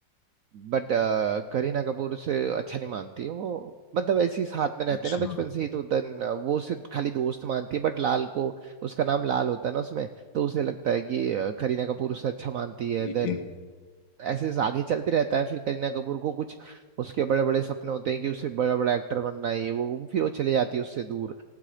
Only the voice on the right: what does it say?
बट अ, करीना कपूर से अच्छा नहीं मानती है वो मतलब ऐसी साथ में रहते
हैं ना बचपन से ही तो देन अ, वो सिर्फ खाली दोस्त मानती है बट लाल को उसका नाम लाल होता है ना उसमें तो उसे लगता है कि अ, करीना कपूर उससे अच्छा मानती है
देन
ऐसे आगे चलते रहता है फिर करीना कपूर को कुछ उसके बड़े बड़े सपने होते हैं कि उसे बड़ा बड़ा एक्टर बनना है ये वो वो फिर वो चले जाती है उससे दूर